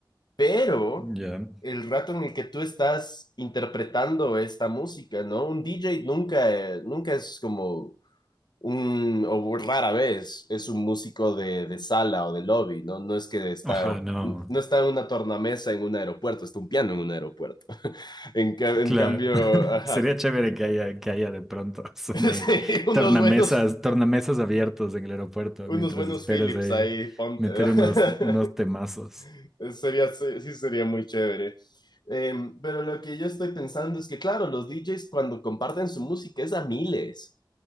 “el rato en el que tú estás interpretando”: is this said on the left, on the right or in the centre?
Left